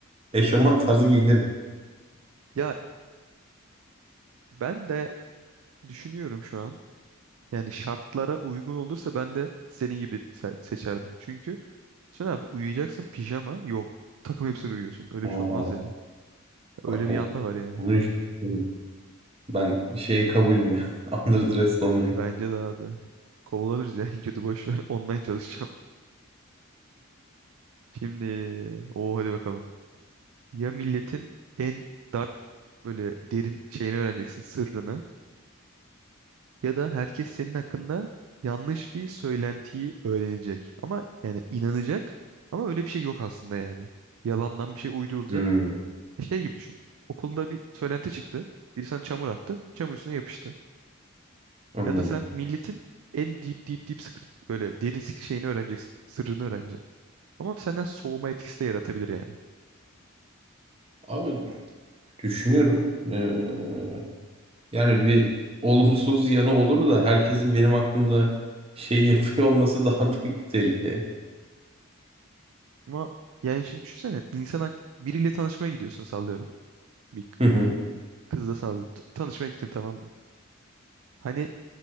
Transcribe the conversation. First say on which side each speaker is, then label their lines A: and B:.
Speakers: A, on the right; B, on the right.
A: eşofman tarzı giyinirim.
B: Ya ben de düşünüyorum şu an. Yani şartlara uygun olursa ben de senin gibi se- seçerdim. Çünkü sen abi uyuyacaksın pijama yok. Takım elbiseyle uyuyorsun. Öyle
A: Aa,
B: bir şey olmaz ya. Öyle
A: bak
B: bir
A: o,
B: yanda var yani.
A: onu hiç düşünmedim. Ben şeye kabulüm ya. <laughs> Underdressed olmayı.
B: Bence de abi. Kovalanırız ya. <laughs> En Kötü boş ver. Online çalışacağım. Şimdi o hadi bakalım. Ya milletin en dark böyle derin şeyini öğreneceksin sırrını ya da herkes senin hakkında yanlış bir söylentiyi öğrenecek. Ama yani inanacak ama öyle bir şey yok aslında yani. Yalandan bir şey uydurulacak.
A: Hmm.
B: Şey gibi düşün. Okulda bir söylenti çıktı. Biri sana çamur attı. Çamur üstüne yapıştı.
A: Anladım.
B: Ya da sen milletin en deep deep deep secret böyle derin sik- şeyini öğreneceksin. Sırrını öğreneceksin. Ama senden soğuma etkisi de yaratabilir yani.
A: Abi düşünüyorum. Ee, yani bir olumsuz yanı olur da herkesin benim hakkımda şey <laughs> yapıyor olması daha <laughs> büyük bir tehlike.
B: Ama yani şimdi düşünsene insan hak- biriyle tanışmaya gidiyorsun sallıyorum. Bir
A: Hı hı.
B: kızla sallıyorum. T- Tanışmaya gittin tamam mı? Hani